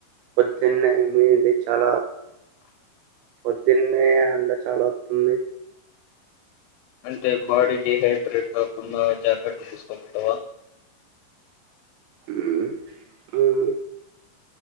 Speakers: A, on the right; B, on the left.
A: పొద్దున్నే ఏమిడి చాలా పొద్దున్నే అంట చాలా వస్తుంది
B: అంటే బాడీ డిహైడ్రేట్ కాకుండా జాగ్రత్త తీసుకోమంటావా
A: మ్మ్ మ్మ్